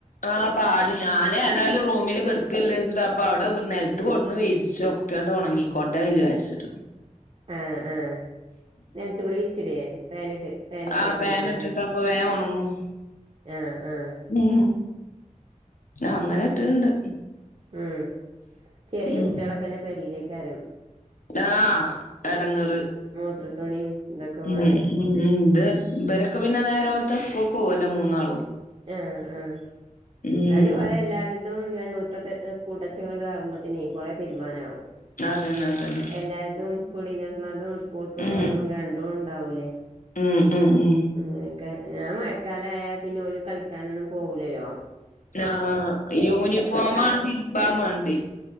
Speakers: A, on the left; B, on the right.
A: ആ പാട് ഞാൻ ഏതായാലും റൂമില് കെടക്കല്ലേച്ച്ട്ട് അപ്പ അവിടെ നെൽത്ത് കൊട്ന്ന് വിരിച്ചൊ ഒക്കെണ്ട് ഒണങ്ങിക്കോട്ടെ വിചാരിച്ചിട്ട്
B: ആഹ് ആഹ് നൽത്ത്കൂടി വിരിച്ടെ ഫാനിട്ട് ഫാനിട്ടേക്ക്ണ്ടാവൂല്ലേ
A: ആഹ് ഫാൻ ഇട്ടിട്ട് അപ്പൊ വേഗം ഉണങ്ങും
B: ആഹ് ആഹ്
A: <unintelligible> അങ്ങനെ ഇട്ടിട്ടുണ്ട്
B: പി ഉം ചെറിയ
A: ഉം
B: കുട്ടിയാളൊക്കെല്ലേ പെരീലേകാരം
A: ആഹ് എടങ്ങേറ്
B: മൂത്രത്തുണിയും ഇതൊക്കെ
A: ഉം
B: പാടെ
A: ഉം ഇത് ഇവരൊക്ക പിന്നെ നേരംവെൾത്ത സ്കൂൾകോവല്ലോ മൂന്നാളും
B: ആഹ് ആഹ്
A: ഉം
B: ഇന്നാലും ഓല് എല്ലാരും <unintelligible> കൂട്ടച്ചങ്ങ ആകുമ്പത്തിനേ കൊറേ തിര്മാനമാകും
A: അതന്നെ അതന്നെ
B: എല്ലാര്തും കുടീന്ന്‌ട്ണന്തും സ്കൂൾ കിട്ണതും
A: ഉം
B: രണ്ടും ഉണ്ടാവൂലേ
A: ഉം ഉം ഉം
B: അങ്ങനെക്കെ ഞാൻ മഴക്കാലായാൽ പിന്നെ ഓല് കളിക്കാനൊന്നും പോവുലല്ലോ
A: ആഹ് യൂണിഫോം
B: അപ്പൊ ആ
A: ആണ് തിരുമ്പാ മടി